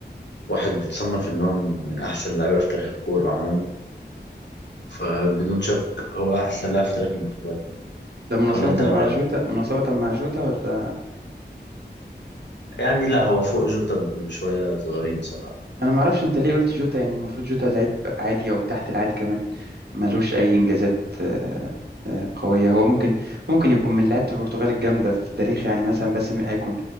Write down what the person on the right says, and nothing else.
ده مناصفة
مع
جوتا مناصفة مع جوتا ولا
أنا معرفش أنت ليه قلت جوتا يعني المفروض جوتا لعيب عادي أو تحت العادي كمان ملوش أي إنجازات آه، آه، قوية هو ممكن ممكن يكون من لعيبة البرتغال الجامدة في التاريخ يعني مثلا بس هيكون